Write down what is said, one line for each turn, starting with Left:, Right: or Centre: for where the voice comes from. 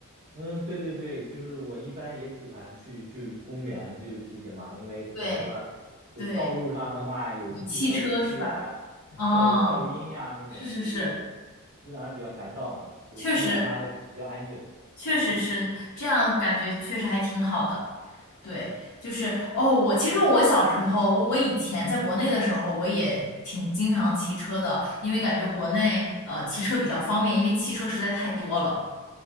Right: 嗯，对对对，就是我一般也喜欢去去公园就骑行嘛，因为怎么说呢，
Left: 对
Right: 就道路上的话有汽车尾气呀、
Left: 对，有汽车是吧？哦，
Right: 噪噪音呀那种，
Left: 是是是，
Right: 就让人比较烦躁嘛。就公园的话会比较安静。
Left: 确实确实是这样，感觉确实还挺好的。对，就是哦，我其实我小时候，我我以前在国内的时候，我也挺经常骑车的，因为感觉国内呃骑车比较方便，因为汽车实在太多了。